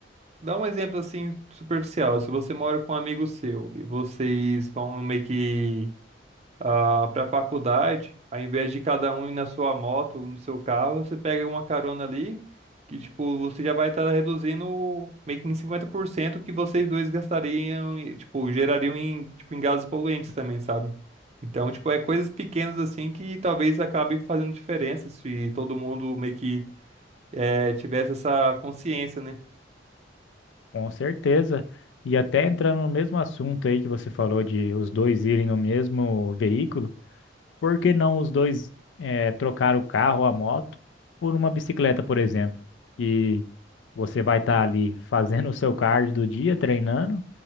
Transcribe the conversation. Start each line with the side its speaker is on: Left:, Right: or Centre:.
Right: dá um exemplo assim superficial, se você mora com um amigo seu e vocês vão meio que para a faculdade, ao invés de cada um ir na sua moto ou no seu carro, você pega uma carona ali, que tipo, você já vai estar reduzindo meio que em 50% o que vocês dois gastariam e tipo, gerariam em, tipo, em gases poluentes também, sabe? Então, tipo, é coisas pequenas assim que talvez acabe fazendo diferença se todo mundo meio que eh, tivesse essa consciência, né?
Left: com certeza. E até entrando no mesmo assunto aí que você falou de os dois irem no mesmo veículo, por que não os dois eh, trocar o carro, a moto, por uma bicicleta, por exemplo? Que você vai estar ali fazendo o seu cardio do dia, treinando,